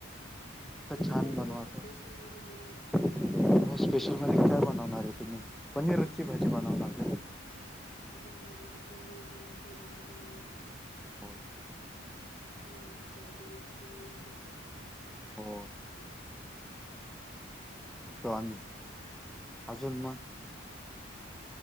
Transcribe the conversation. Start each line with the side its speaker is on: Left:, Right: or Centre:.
Centre: असं
Left: उद्या
Centre: छान
Left: उद्या
Centre: बनवाच.
Left: या स्पेशल मेनू बनवूयात
Centre: हो स्पेशल मध्ये काय बनवणार आहे, तुम्ही पनीरची भाजी बनवणार का.
Left: बनवू बनवू पनीर बनवू शेवभाजी बनवू.
Centre: हो चालेल चालेल मग
Left: बनवते काहीतरी तुम्ही या तरी खरी.
Centre: हो चालेल चालेल. येतो आम्ही, अजून मग?